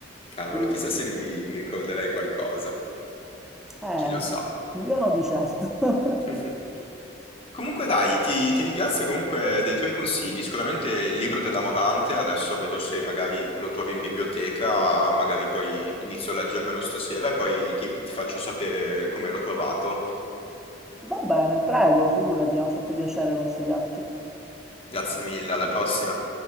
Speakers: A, on the left; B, in the centre.
A: Cavolo,
B: in-
A: chissà se mi, mi ricorderei qualcosa.
B: Eh,
A: Chi lo sa.
B: io no di certo. <laughs>
A: <laughs> Comunque dai, ti, ti ringrazio comunque dei tuoi consigli. Sicuramente il libro della Morante, adesso vedo se magari lo trovo in biblioteca, magari poi inizio a leggermelo stasera e poi ti ti faccio sapere come l'ho trovato.
B: Va bene, prego, figurati, mi ha fatto piacere consigliarti.
A: Grazie mille, alla prossima.